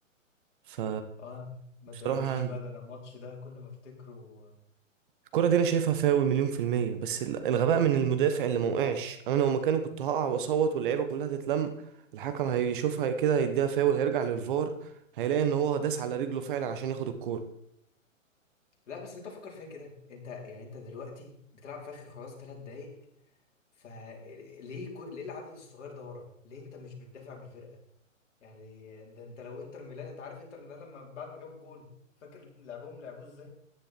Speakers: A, on the right; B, on the left.
A: ف
B: اه ما
A: بصراحة
B: تضايقنيش بقى ده انا الماتش ده كل ما افتكره
A: الكرة دي انا شايفها فاول مليون في المية بس ال- الغباء من المدافع اللي ما وقعش انا لو مكانه كنت هقع واصوت واللعيبة كلها تتلم الحكم هيشوفها كده هيديها فاول هيرجع للفار هيلاقي ان هو داس على رجله فعلا عشان ياخد الكورة
B: لا بس انت فكر فيها كده انت يعني انت دلوقتي بتلعب في اخر خلاص ثلاث دقايق فليه كل... ليه العدد الصغير ده ورا ليه انت مش بتدافع بالفرقه يعني ده انت لو انتر ميلان انت عارف انتر ميلان لما بعد ما جابوا الجون فاكر لعبهم لعبوه ازاي